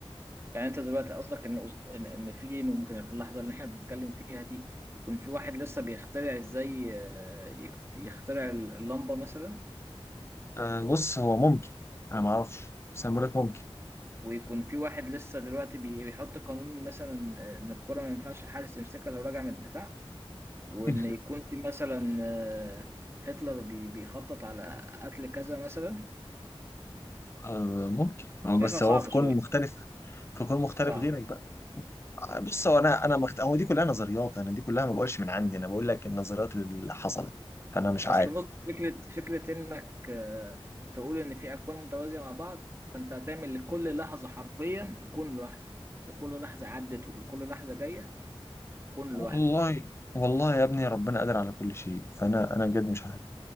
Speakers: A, on the right; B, on the left.
A: يعني انت دلوقتي قصدك ان ان إن في ممكن في اللحظه اللي احنا بنتكلم فيها دي يكون في واحد لسه بيخترع ازاي آه، يك- يخترع اللمبه مثلا
B: آه بص هو ممكن انا ما اعرفش بس انا بقول لك ممكن
A: ويكون في واحد لسه دلوقتي بي- بيحط قانون مثلا آه، ان الكره ما ينفعش الحارس يمسكها لو راجع من الدفاع وان
B: <laughs>
A: يكون في مثلا آه، هتلر بي- بيخطط على قتل كذا مثلا
B: آه ممكن آه،
A: شايفها
B: بس
A: صعبه
B: هو في كون
A: شويه
B: مختلف في كون مختلف
A: صعب
B: غيرك بقى آه، بص هو انا انا مخت... هو دي كلها نظريات انا دي كلها ما بقولش من عندي انا بقول لك النظريات اللي حصلت فانا مش
A: اصل
B: عارف
A: بص فكره فكره انك آه، تقول ان في اكوان متوازيه مع بعض فانت هتعمل لكل لحظه حرفيا كون لوحده لكل لحظه عدت ولكل لحظه جايه كون لوحده
B: والله والله يا ابني ربنا قادر على كل شيء فانا انا بجد مش عارف